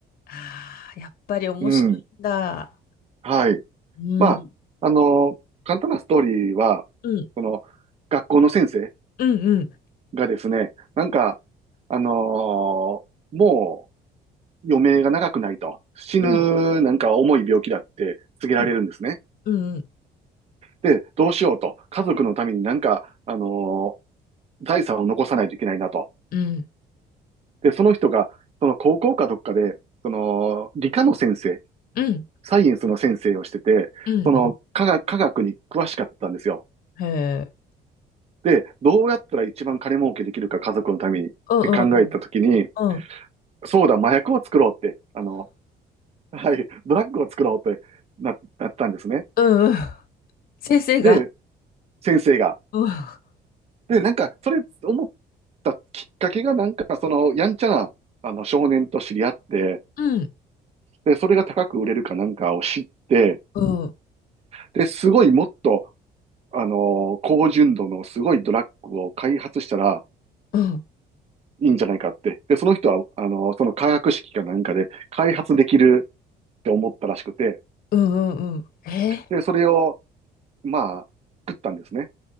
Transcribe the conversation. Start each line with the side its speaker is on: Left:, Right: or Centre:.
Left: ああ、やっぱり面白いんだ。
Right: うん。はい。
Left: うん。
Right: まあ、あの、簡単なストーリーは、
Left: うん。
Right: この、学校の先生
Left: うんうん。
Right: がですね、なんか、あのーもう余命が長くないと、死ぬなんか重い病気だって告げられるんですね。
Left: うん。うん。うん。
Right: で、どうしようと、家族のためになんか、あのー財産を残さないといけないなと。
Left: うん。
Right: で、その人が、その高校かどっかで、その、理科の先生、
Left: うん。
Right: サイエンスの先生をしてて、
Left: うんうん
Right: その科学、科学に詳しかったんですよ。
Left: へえ。
Right: で、どうやったら一番金儲けできるか家族のためにって考えたときに、
Left: うんうんうん。うん。
Right: そうだ、麻薬を作ろうって、あのはい、ドラッグを作ろうってな、なったんですね。
Left: うんうん。先生が。
Right: で、先生が。
Left: うん。
Right: で、なんか、それ思ったきっかけが、なんか、その、やんちゃな、あの、少年と知り合って、
Left: うん。
Right: で、それが高く売れるかなんかを知って、
Left: うん。
Right: で、すごいもっと、あの、高純度のすごいドラッグを開発したら
Left: うん。
Right: いいんじゃないかって。で、その人は、あの、その化学式かなんかで開発できるって思ったらしくて、
Left: うん。うん。えー、
Right: で、それを、まあ、作ったんですね。